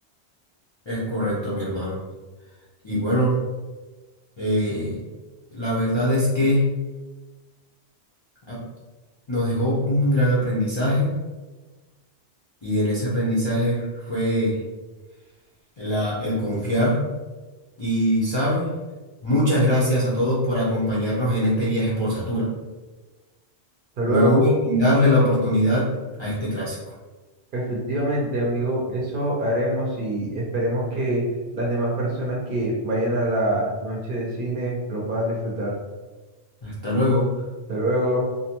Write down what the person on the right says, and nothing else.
Hasta luego.
Efectivamente, amigo, eso haremos y esperemos que las demás personas que vayan a la noche de cine lo puedan disfrutar.
Hasta luego.